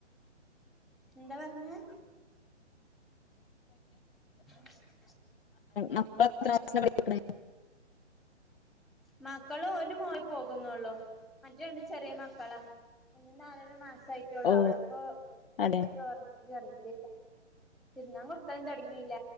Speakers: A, in the centre; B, on the left (about 50°).
A: ന്താ പർ ഞ് <inaudible>
B: മക്ല ത്ര ക്‌ളാസില പഠിക്ണ്
A: മക്കള് ഒരു മോൾ പോകുന്നൊ ള്ളു മറ്റേ രണ്ട് ചെറിയ മക്കളാ ഒന്നി നാലൊര മാസായ് ട്ടൊ ള്ളൂ
B: ഓ
A: അ വിളപ്പോ <unintelligible>
B: അതെ
A: <unintelligible> തിന്നാൻ കൊടുക്കലന്നും തുടങ്ങില്ല